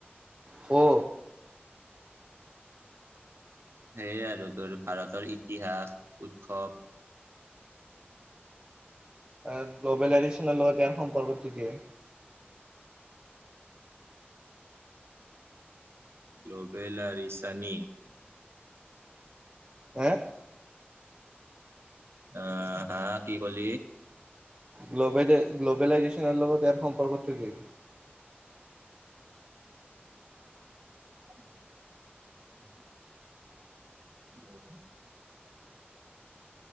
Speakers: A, on the right (about 25°); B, on the right (about 80°).
A: কো।
B: সেয়ে আৰু তোৰ ভাৰতৰ ইতিহাস উৎসৱ।
A: এ গ্ল'বেল এডিশনৰ লগত ইয়াৰ সম্পৰ্কটো কি?
B: গ্ল'বেল আৰিছানী।
A: হে
B: অ' হা কি ক'লি।
A: গ্ল'বে গ্ল'বেল লাইজেশচনৰ লগত ইয়াৰ সম্পৰ্কটো কি?
B: <inaudible> <inaudible>